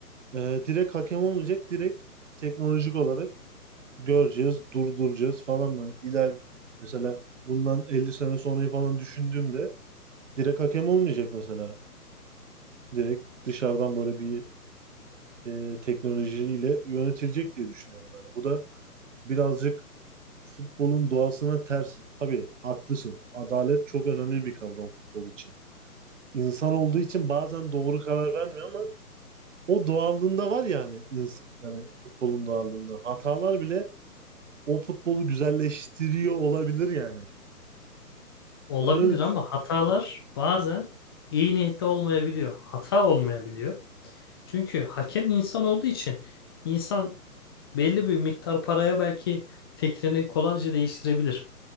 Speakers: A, on the right (about 50°); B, on the left (about 15°).
A: e, direkt hakem olmayacak. Direkt teknolojik olarak göreceğiz, durduracağız falan böyle. İler mesela bundan 50 sene sonrayı falan düşündüğümde direkt hakem olmayacak mesela. Direkt dışarıdan böyle bir e, teknolojiyle yönetilecek diye düşünüyorum yani. Bu da birazcık futbolun doğasına ters. Tabii haklısın. Adalet çok önemli bir kavram futbol için. İnsan olduğu için bazen doğru karar vermiyor ama o doğallığında var yani ins- yani futbolun doğallığında. Hatalar bile o futbolu güzelleştiriyor olabilir yani.
B: Olabilir
A: Ben öyle düşünüyorum.
B: ama hatalar bazen iyi niyetli olmayabiliyor. Hata olmayabiliyor. Çünkü hakem insan olduğu için insan belli bir miktar paraya belki fikrini kolayca değiştirebilir.